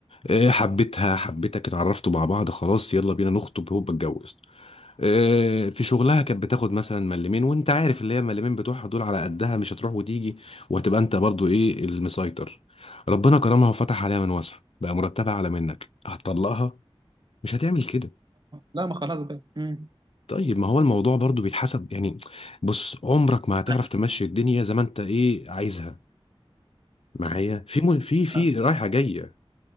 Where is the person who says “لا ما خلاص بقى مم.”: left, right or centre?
Right